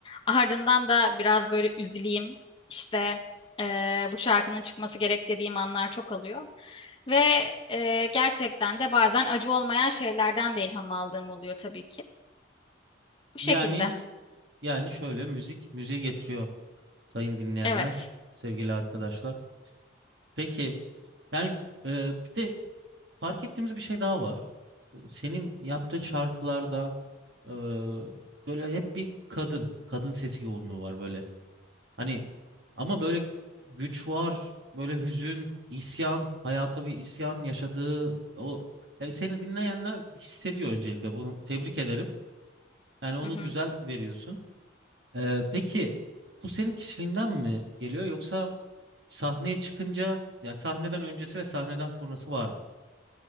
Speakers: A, on the left; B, on the right.
A: Ardından da biraz böyle üzüleyim. İşte ee, bu şarkının çıkması gerek dediğim anlar çok alıyor. Ve ee, gerçekten de bazen acı olmayan şeylerden de ilham aldığım oluyor tabii ki. Bu şekilde.
B: Yani Yani şöyle müzik müziği getiriyor sayın dinleyenler,
A: Evet.
B: sevgili arkadaşlar. Peki yani e, bir de fark ettiğimiz bir şey daha var. E, Senin yaptığın şarkılarda e, böyle hep bir kadın, kadın sesi yoğunluğu var böyle. Hani ama böyle güç var, böyle hüzün, isyan, hayata bir isyan yaşadığı o e, seni dinleyenler hissediyor öncelikle bunu tebrik ederim. Yani onu
A: <laughs>
B: güzel veriyorsun. Ee, peki bu senin kişiliğinden mi geliyor yoksa sahneye çıkınca yani sahneden öncesi ve sahneden sonrası var mı?